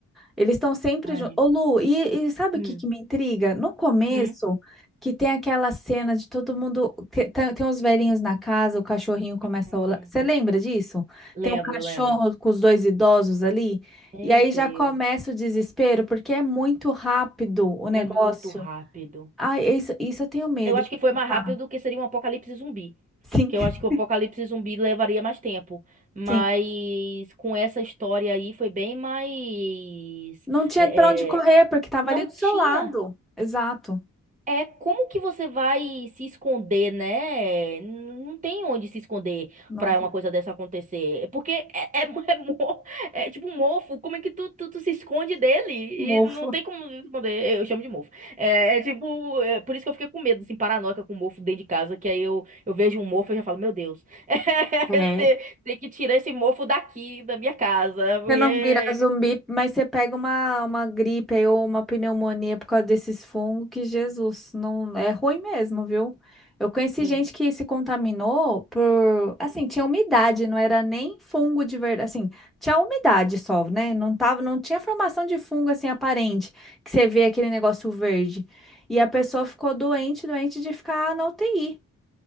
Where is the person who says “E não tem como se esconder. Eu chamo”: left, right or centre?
Right